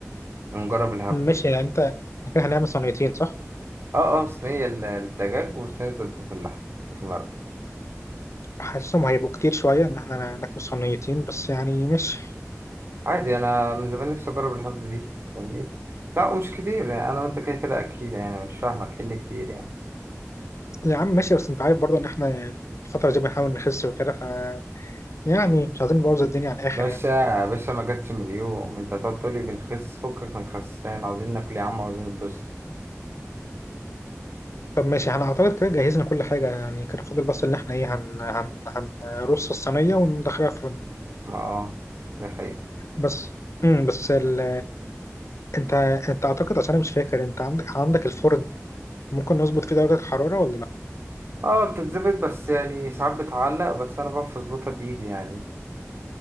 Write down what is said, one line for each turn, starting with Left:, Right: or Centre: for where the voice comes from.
Right: ونجرب الهبد
Left: ماشي
Right: ده
Left: يعني أنت إحنا كده هنعمل صينيتين صح؟
Right: اه اه صينية ال- الدجاج وصينية بتاعت اللحمة بتاعت المرقة
Left: حاسسهم هيبقوا كتير شوية إن إحنا ناكل صينيتين بس يعني مش
Right: عادي أنا من زمان نفسي أجرب الهبد دي فاهمني؟ لا ومش كتير يعني أنا وأنت كده كده أكيد يعني مش فاهمك إيه اللي كتير يعني
Left: يا عم ماشي بس أنت عارف برضه إن إحنا الفترة دي بنحاول نخس وكده ف يعني مش عايزين نبوظ الدنيا على الآخر
Right: باشا
Left: يعني
Right: باشا ما جاتش من يوم انت هتقعد تقولي بنخس فكك من الخسان عاوزين ناكل يا عم عاوزين نتبسط
Left: طب ماشي احنا اعتقد كده جهزنا كل حاجة يعني كده فاضل بس ان احنا ايه هن هن هنرص الصينية وندخلها الفرن
Right: ما اه ده حقيقة
Left: بس امم بس ال... انت انت اعتقد عشان انا مش فاكر انت عندك عندك الفرن ممكن نظبط فيه درجة الحرارة ولا لا
Right: اه بتتظبط بس يعني ساعات بتعلق بس انا بعرف اظبطها بايدي يعني